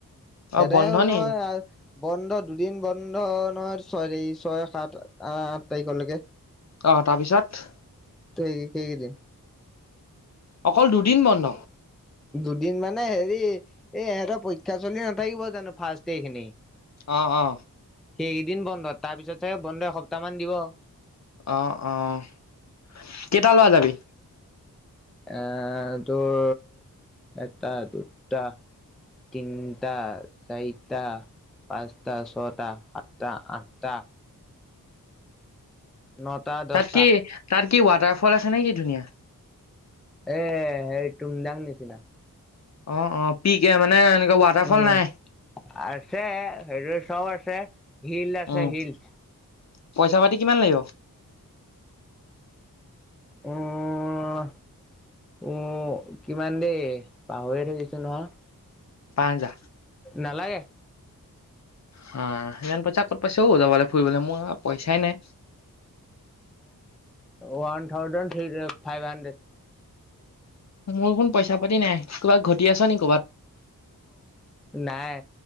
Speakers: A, on the left; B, in the centre.
A: অ
B: আদায়
A: বন্ধ
B: হ'ল
A: নি
B: নহয় আহ। বন্ধ দুদিন বন্ধ নহয়, ছয় তাৰিখ ছয়, সাত, আ আঠ তাৰিখলৈকে।
A: অ' তাৰপিছত।
B: সেই কেইদিন।
A: অকল দুদিন বন্ধ।
B: দুদিন মানে হেৰি এই ইহঁতৰ পৰীক্ষা চলি নাথাকিব জানো ফাৰ্ষ্ট ইয়েৰ খিনি।
A: অ' অ'।
B: সেইকেইদিন বন্ধ তাৰ পিছত ছাগে বন্ধ এসপ্তাহ মান দিব।
A: অ' অ' কেইটা ল'ৰা যাবি?
B: এ, তোৰ এটা দুটা তিনটা, চাৰিটা পাঁচটা, ছয়টা, সাতটা, আঠটা নটা দহটা।
A: তাত কি তাত কি ৱাটাৰ ফল আছে নে কি ধুনীয়া?
B: এ হেৰি তুমজাং নিচিনা।
A: অ' অ' পিকে মানে এনেকুৱা ৱাটাৰফল
B: উম
A: নাই।
B: আছে হেৰি চব আছে হিল আছে
A: উম
B: হিলচ।
A: পইচা পাতি কিমান লাগিব?
B: উম উম কিমান দেই পাহৰি <unintelligible> নহয়।
A: পাঁচ হাজাৰ?
B: নালাগে।
A: হা সিমান পইচা ক'ত পাইছও যাবলে ফুৰিবলে মোৰ পইচাই নাই।
B: One thousand <unintelligible> five hundred.
A: মোৰ কোন পইচা পাতি নাই কবাত ঘটি আছ ন কবাত?
B: নাই।